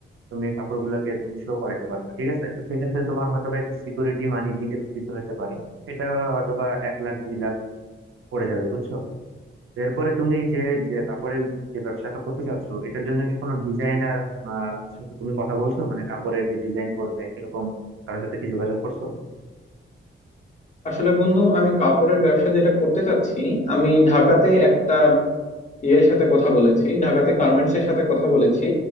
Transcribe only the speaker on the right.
তুমি কাপড়গুলাকে তুমি শো করাতে পারবে ঠিক আছে তো সেক্ষেত্রে তোমার হয়তোবা একটু সিকিউরিটি মানি দিতে দিতে হতে পারে সেটা হয়তোবা এক লাখ দুই লাখ পড়ে যাবে বুঝছো এরপরে তুমি যে যে কাপড়ের যে ব্যবসাটা করতে চাচ্ছ এটার জন্য কি কোনো ডিজাইনার সাথে তুমি কথা বলছো মানে কাপড়ের যে ডিজাইন করবে এরকম কারোর সাথে কি যোগাযোগ করছো